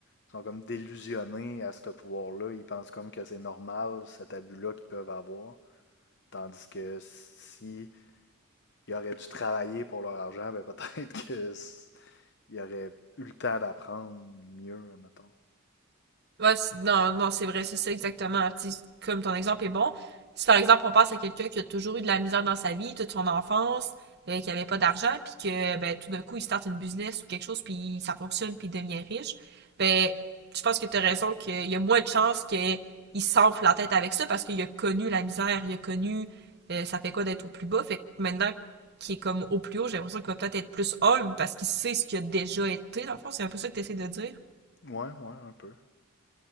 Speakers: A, on the left; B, on the right.
A: sont comme délusionnés à ce pouvoir-là. Ils pensent comme que c'est normal cet abus-là qu'ils peuvent avoir. Tandis que si ils auraient dû travailler pour leur argent, ben peut-être <laughs> qu'ils auraient eu le temps d'apprendre mieux, mettons.
B: Ouais, c'est- non, non, c'est vrai, c'est ça exactement. Tu sais, comme ton exemple est bon, si par exemple on pense à quelqu'un qui a toujours eu de la misère dans sa vie, toute son enfance, euh, qui avait pas d'argent, puis que ben tout d'un coup il starte une business ou quelque chose, puis ça fonctionne, puis il devient riche, ben je pense que tu as raison qu'il y a moins de chances qu'il s'enfle la tête avec ça parce qu'il a connu la misère, il a connu euh, ça fait quoi d'être au plus bas. Fait que maintenant qu'il est comme au plus haut, j'ai l'impression qu'il va peut-être être plus homme parce qu'il sait ce qu'il a déjà été, dans le fond. C'est un peu ça que tu essaies de dire.
A: Ouais, ouais, un peu.